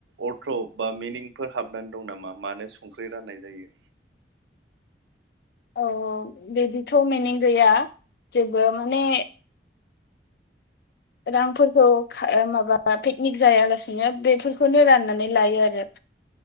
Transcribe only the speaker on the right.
अर्थ बा मिनिंफोर हाबनानै दं नामा मानो संख्रि रान्नाय जायो?